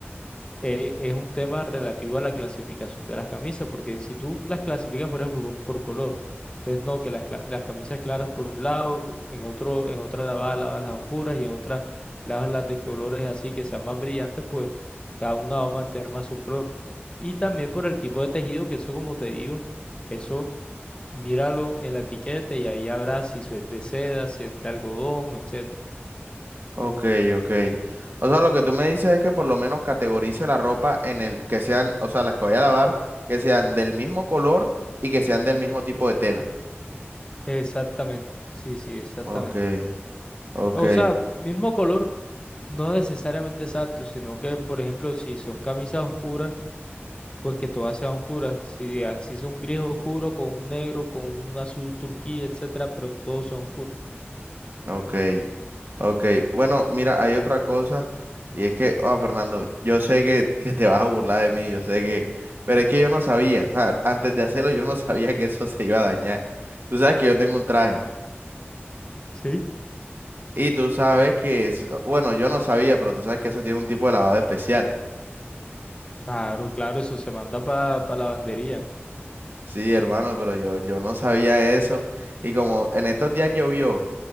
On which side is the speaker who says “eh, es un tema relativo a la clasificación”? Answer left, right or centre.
Left